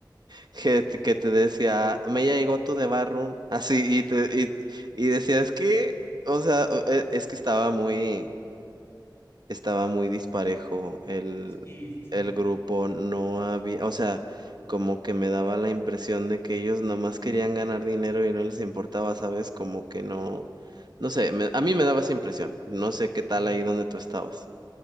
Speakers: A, on the right; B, on the left.
A: <laughs> que, te que te decía, me llegó tu de Barroom, así y te y, y decías que, o sea, e- es que estaba muy estaba muy disparejo el
B: Sí, sí, sí.
A: el grupo, no había, o sea, como que me daba la impresión de que ellos nomás querían ganar dinero y no les importaba, ¿sabes? Como que no no sé, me- a mí me daba esa impresión. No sé qué tal
B: No.
A: ahí donde tú estabas.